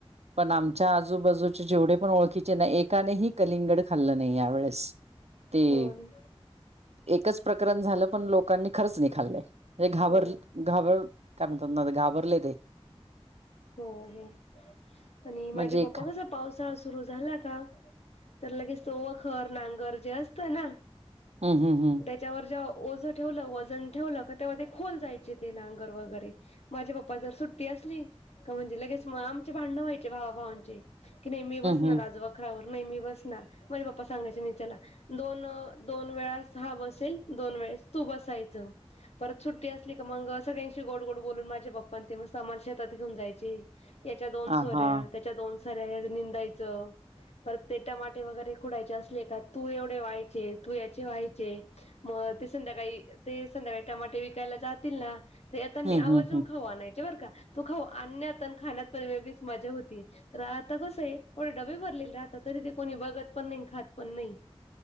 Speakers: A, on the right; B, on the left.
A: पण आमच्या आजूबाजूचे जेवढे पण ओळखीचे ना एकानेही कलिंगड खाल्लं नाही यावेेळेस. ते
B: हो ना
A: एकच प्रकरण झालं पण लोकांनी खरंच नाही खाल्लं. हे घाबर
B: हो.
A: घाबर काय म्हणतात घाबरले तेे.
B: हो हे आणि
A: म्हणजे
B: माझे पप्पा कसं पाऊस चा सुरू झाला का तर लगेच सो वखर, नांगर जे असतं ना.
A: हम्म हम्म हम्म.
B: त्याच्यावर जेव्हा ओझं ठेवलं, वजन ठेवलं का तेव्हा ते खोल जायचे ते नांगर वगैरे. माझ्या पप्पा जर सुट्टी असली? का म्हणजे लगेच मग आमचे भांडणं व्हायचे भावाभावांचे की नाही मी बसणार
A: हम्म हम्म
B: आज बा वखारावर नाहीे मी बसणार, माझे पप्पा सांगायचे नाई चला दोन दोन वेळास हा बसेल, दोन वेळेस तू बसायचं. परत सुट्टी असली का मग सगळ्यांशी गोड गोड बोलून माझे पप्पां ते मस्त शे तात घेऊन जायचे, याच्या दोन
A: हा
B: सोऱ्या
A: हा
B: त्याच्या दोन सऱ्या यात हिंडायचं. परत ते टमाटे वगैरे खुडायचे असले का तू एवढे व्हायचे तू याचे व्हायचे. मग ते संध्याकाळी ते संध्याकाळी टमाटे विकायला जातील ना. ते येता नी
A: हम्म
B: आवर्जून
A: हम्म हम्म
B: खाऊ आणायचे बरं का, तो खाऊ आणण्यात आणि खाण्यात पण वेगळीच मज्जा होती. तर आता कसं आहे एवढे डबे भरलेले राहता, तरी ते कोणी बघत पण नाही खात पण नाही.